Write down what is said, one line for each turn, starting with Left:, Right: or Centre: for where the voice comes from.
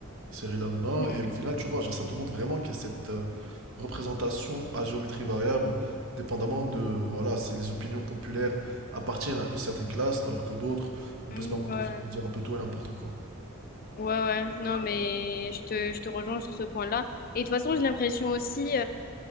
Right: Cyril Hanouna.
Left: Mhm.
Right: Et au final, tu vois, genre, ça te montre vraiment qu'il y a cette euh, représentation à géométrie variable, dépendamment de, voilà, c'est les opinions populaires appartiennent à une certaine classe, alors que d'autres, on
Left: Mhm.
Right: peut se permettre de
Left: Ouais.
Right: faire- de dire un peu tout et n'importe quoi.
Left: Ouais, ouais. Non, mais je te, je te rejoins sur ce point-là. Et de toute façon, j'ai l'impression aussi.